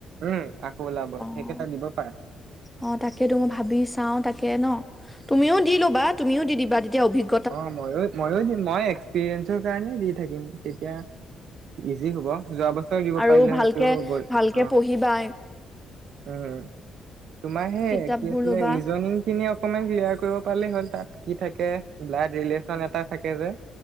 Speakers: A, on the right; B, in the centre.
A: উম আকৌ ওলাব সেইকেইটা
B: অ
A: দিব পাৰা।
B: অ তাকেতো মই ভাবি চাও তাকে ন, তুমিও দি লবা তুমিও দি দিবা তেতিয়া অভিজ্ঞ-
A: অ ময়ো মইয়ো দিম মই এক্সপিৰিয়েঞ্চৰ কাৰণে দি থাকিম তেতিয়া ইজি হব যোৱা বছৰ দিব
B: আৰু
A: পাৰিলে
B: ভালকে
A: সেইটো গ'ল
B: ভালকে
A: অহ।
B: পঢ়িবা
A: উম, তোমাৰ সে
B: কিতাপ
A: কি
B: বোৰ
A: আছিলে
B: ল'বা
A: ৰিজনিং খিনিয়ক অকনমান ক্লিয়াৰ কৰিব পালে হ'ল তাত কি থাকৈ ব্লাড ৰিলেশ্বন এটা থাকে যে।